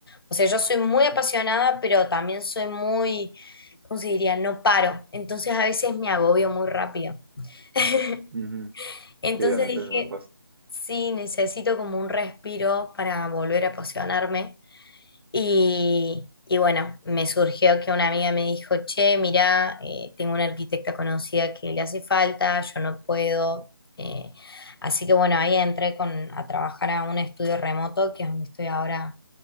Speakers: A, on the left (about 75°); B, on the right (about 75°).
A: O sea, yo soy muy apasionada, pero también soy muy, ¿cómo se diría? No paro. Entonces a veces me agobio muy rápido. <laughs>
B: Ujú.
A: Entonces
B: Sí, a mí
A: dije,
B: también me pasa.
A: sí, necesito como un respiro para volver a apasionarme. Y, y bueno, me surgió que una amiga me dijo, che, mirá, eh, tengo una arquitecta conocida que le hace falta, yo no puedo. eh, así que bueno, ahí entré con, a trabajar a un estudio remoto, que es donde estoy ahora